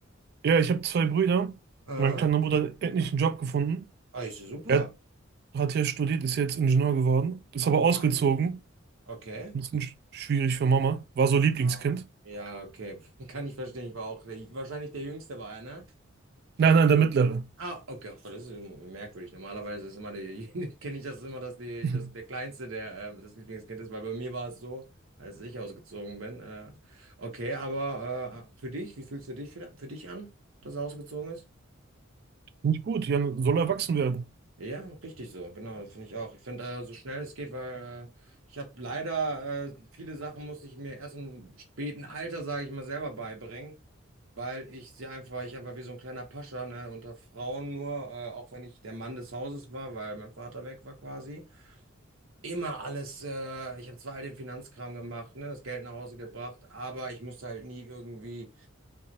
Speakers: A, on the right (about 50°); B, on the right (about 80°).
A: ja, ich hab zwei Brüder.
B: Äh,
A: Mein kleiner Bruder hat endlich einen Job gefunden.
B: ah, ist ja super.
A: Er hat hier studiert, ist jetzt Ingenieur geworden, ist
B: Ach,
A: aber ausgezogen.
B: Wahnsinn. Okay.
A: Ein bisschen sch- schwierig für Mama. War so Lieblingskind.
B: Ah, Ja, okay. <laughs> Kann ich verstehen. Ich war auch der, wahrscheinlich der Jüngste war er, ne?
A: Nein, nein, der Mittlere.
B: Ah, okay. Ach, das ist immer merkwürdig. Normalerweise ist immer der, <laughs> kenne ich das immer, dass, die,
A: <laughs>
B: dass der Kleinste der äh, das Lieblingskind ist, weil bei mir war es so, als ich ausgezogen bin. Äh, okay, aber äh, für dich, wie fühlst du dich für, für dich an, dass er ausgezogen ist?
A: Nicht gut, Jan soll erwachsen werden.
B: Ja, richtig so, genau, das finde ich auch. Ich finde, äh, so schnell es geht, weil äh, ich habe leider äh, viele Sachen musste ich mir erst im späten Alter, sage ich mal, selber beibringen. weil ich sie einfach, weil ich einfach wie so ein kleiner Pascha, ne, unter Frauen nur, äh, auch wenn ich der Mann des Hauses war, weil mein Vater weg war quasi. Immer alles, äh, ich habe zwar all den Finanzkram gemacht, ne, das Geld nach Hause gebracht, aber ich musste halt nie irgendwie